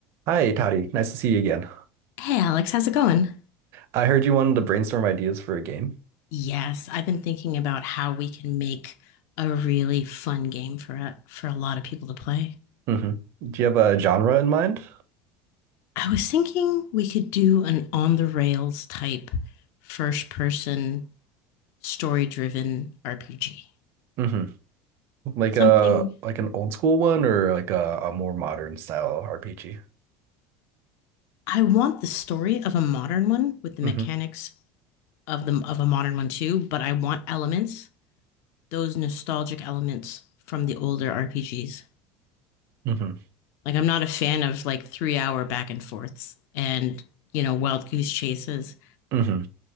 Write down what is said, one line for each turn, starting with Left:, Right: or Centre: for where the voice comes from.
Right: Hi, Toddy. Nice to see you again.
Left: Hey, Alex, how's it going?
Right: I heard you wanted to brainstorm ideas for a game.
Left: Yes, I've been thinking about how we can make a really fun game for a, for a lot of people to play.
Right: hmm Do you have a genre in mind?
Left: I was thinking we could do an on the rails type first person story driven RPG.
Right: hmm Like
Left: Something
Right: a like an old school one or like a, a more modern style RPG?
Left: I want the story of a modern one with the
Right: hmm
Left: mechanics of the of a modern one too, but I want elements, those nostalgic elements from the older RPGs.
Right: hmm
Left: Like I'm not a fan of like three hour back and forths and you know wild goose chases,
Right: hmm